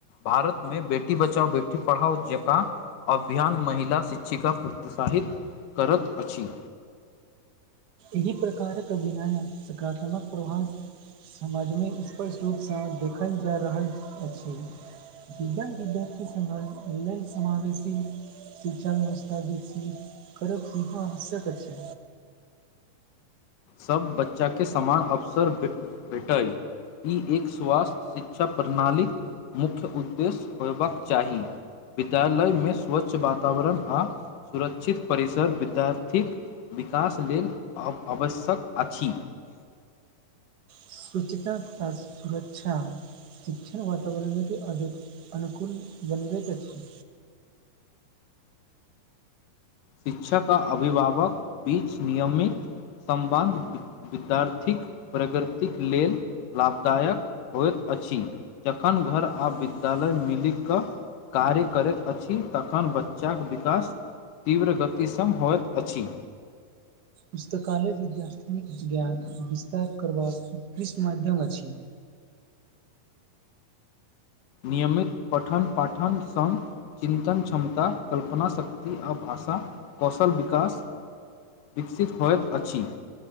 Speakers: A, on the left (about 70°); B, on the right (about 85°).
A: भारत मे बेटी बचाओ बेटी पढ़ाओ जेका अभियान महिला शिक्षिका प्रोत्साहित करैत अछि
B: इह प्रकारक अभनय सकारात्मक प्रभाव समझमे स्पष्ट रूप सँ देखल जा रहल अछि दिव्यांग विद्यार्थी सबहक लय समावेशी शिक्षा व्यवस्था विकसित करब सेहो आवश्यक अछि
A: सब बच्चाके समान अवसर भेटय ई एक स्वास्थ्य शिक्षा प्रणालीक मुख्य उद्देश्य होयबाक चाही विद्यालय मे स्वच्छ वातावरण आ सुरक्षित परिसर विद्यार्थीक विकास लेल अ आवश्यक अछि
B: स्वच्छता आ सुरक्षा शिक्षण वातावरण के अनु अनुकूल बनबैत अछि
A: शिक्षक आ अभिभावक बीच नियमित सं्बन्ध विद्यार्थीक प्रगतिक लेल लाभदायक होयत अछि अछि जखन घर आ विद्यालय मिल कऽ कार्य करैत अछि तखन बच्चाक विकास तीव्र गतिश होइत अछि
B: पुस्तकालय विद्यार्थी ज्ञान विस्तार करबाक उत्कृष्ट माध्यम अछि
A: नियमित पठन पाठन सङ्ग चिन्तन क्षमता कल्पना शक्ति आ भारत श कौशल विकास विकसित होइत अछि